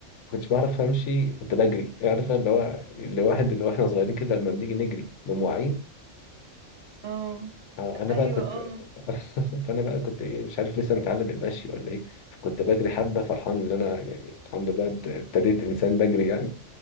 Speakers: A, on the left; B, on the right.
A: ما كنتش بعرف امشي كنت بجري عارفه اللي هو اللي واحد اللي واحنا صغيرين كده لما بنيجي نجري بمواعين
B: اه
A: اه انا
B: ايوه
A: بقى كنت
B: اه
A: <laughs> فانا بقى كنت ايه مش عارف لسه متعلم المشي ولا ايه فكنت بجري حبه فرحان ان انا يعني الحمد لله ابت- ابتديت انسان بجري يعني